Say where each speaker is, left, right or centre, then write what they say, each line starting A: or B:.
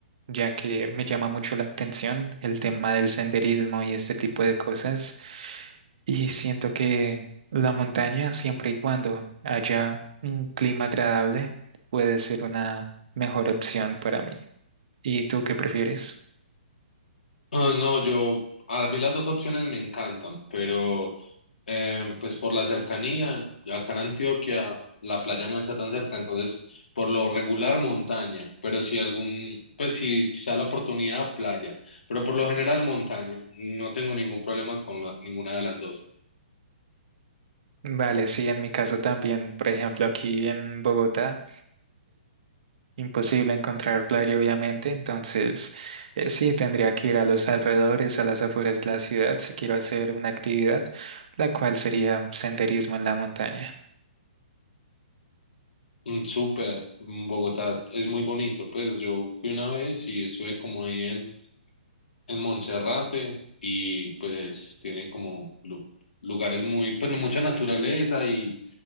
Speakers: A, on the right; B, on the left.
A: ya que me llama mucho la atención el tema del senderismo y este tipo de cosas. Y siento que la montaña, siempre y cuando haya un clima agradable, puede ser una mejor opción para mí. ¿Y tú qué prefieres?
B: Ah, no, yo, a mí las dos opciones me encantan, pero em, pues por la cercanía, acá en Antioquia la playa no está tan cerca, entonces por lo regular montaña, pero si algún, pues si se da la oportunidad, playa, pero por lo general montaña, no tengo ningún problema con la- ninguna de las dos.
A: Vale, sí, en mi caso también, por ejemplo, aquí en Bogotá, Imposible encontrar playa, obviamente, entonces eh, sí tendría que ir a los alrededores, a las afueras de la ciudad, si quiero hacer una actividad, la cual sería senderismo en la montaña.
B: Mm, Súper, mm, Bogotá es muy bonito, pues yo fui una vez y estuve como ahí en Monserrate y pues tiene como lu- lugares muy, pues mucha naturaleza y,